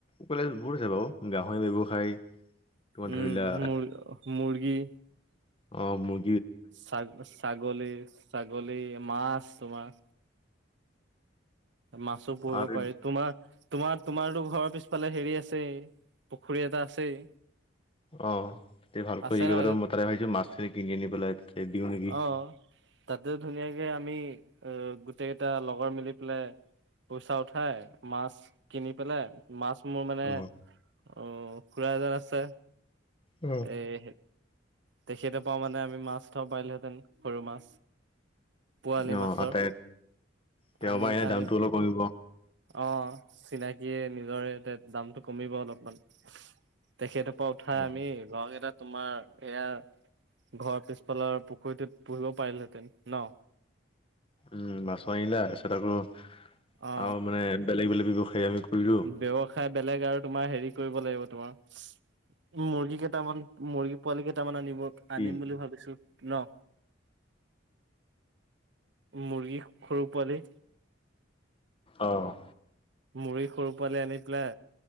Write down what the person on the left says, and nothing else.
কলে বহুত আছে বাৰু গাহৰি ব্যৱসায় তোমাৰ
ধৰিলা
অ মোৰ
আৰু
অহ তাতে ভালকৈ
হেৰি কৰিলে
মই তাতে ভাবিছো মাছখিনি কিনি আনি পেলাই তাতে দিওঁ নেকি
অ
অ
অ
তাতে তেওঁৰ
পৰা এনে
দামটো অলপ কমিব
অ
উম মাছ মাৰিলেতাৰ পিছত আকৌ
আৰু মানে বেলেগ বেলেগ ব্যৱসায় আমি কৰিলো
কি
অহ‌